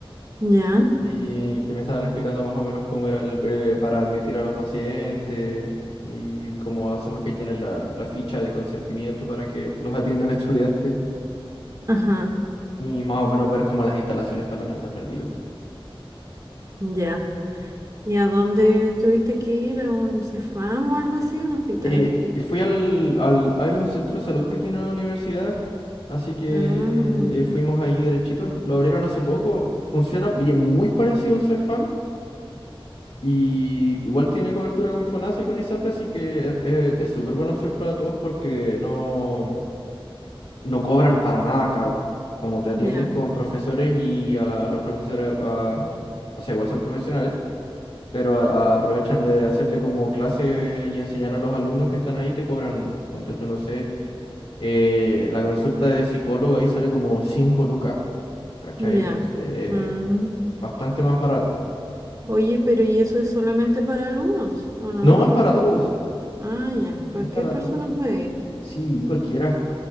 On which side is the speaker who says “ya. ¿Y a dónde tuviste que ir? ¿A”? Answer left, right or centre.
Right